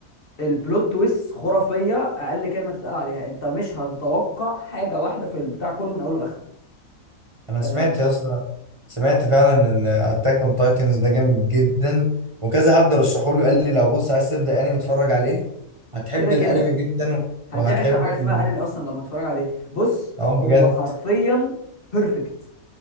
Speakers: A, on the left; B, on the right.
A: البلوت تويست خرافية اقل كلمة تتقال عليها انت مش هتتوقع حاجة واحدة في البتاع كله من اوله لاخره
B: انا سمعت
A: آه،
B: يا اسطى سمعت فعلا ان اتاك اون تايتنز ده جامد جدا وكذا حد رشحه لي قال لي لو بص عايز تبدا انمي اتفرج عليه هتحب
A: كده كده
B: الانمي جدا
A: هتعشق
B: وهتحب
A: حاجة
B: ال-
A: اسمها انمي اصلا لما تتفرج عليه بص
B: اه
A: هو
B: بجد
A: حرفيا بيرفكت